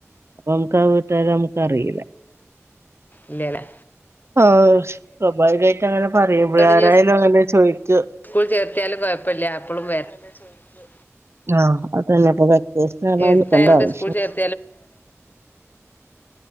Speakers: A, on the right (about 55°); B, on the left (about 35°).
A: അപ്പൊ നമുക്ക് ആ വീട്ട്കാരെ നമുക്ക് അറിയില്ല
B: ഇല്ല്യല്ലേ
A: അഹ് ഷ് സ്വാഭാവികയിട്ട് അങ്ങനെ പറയുമ്പയെയ് ആരായാലും
B: ഇനി
A: അങ്ങനെ ചോയ്ക്ക്യും
B: സ്കൂൾ ചേർത്തിയാലും കൊഴപ്പല്ല്യ അപ്പളും വെര് ന്നെ ചോയ്ക്കാ
A: ആഹ് അതെന്നെ അപ്പൊ വെക്കേഷ്ന് അർഞ്ഞാ
B: എടുത്തായതുകൊണ്ട്
A: നിക്കണ്ട ആവിശ്യം
B: <unintelligible>